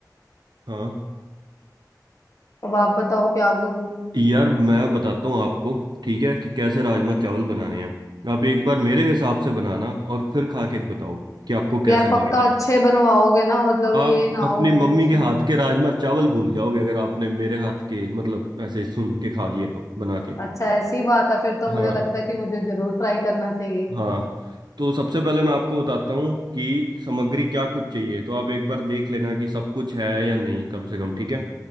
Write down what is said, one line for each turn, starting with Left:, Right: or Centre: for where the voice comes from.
Right: हाँ
Left: अब आप बताओ क्या करूँ
Right: यार मैं बताता हूँ आपको ठीक है कि कैसे राजमा चावल बनाने हैं आप एक बार मेरे हिसाब से बनाना और फिर खा के बताओ कि आपको
Left: यार
Right: कैसे
Left: पक्का
Right: लगे
Left: अच्छे बनवाओगे ना मतलब
Right: आप
Left: ये ना
Right: अपनी
Left: हो
Right: मम्मी
Left: अच्छे
Right: के हाथ के राजमा चावल भूल जाओगे अगर आपने मेरे हाथ के मतलब ऐसे सुन के खा लिए तो बना के
Left: अच्छा ऐसी बात है फिर तो मुझे
Right: हाँ
Left: लगता है कि मुझे जरूर ट्राई करना चाहिए
Right: हाँ तो सबसे पहले मैं आपको बताता हूँ कि सामग्री क्या कुछ चाहिए तो आप एक बार देख लेना कि सब कुछ है या नहीं कम से कम ठीक है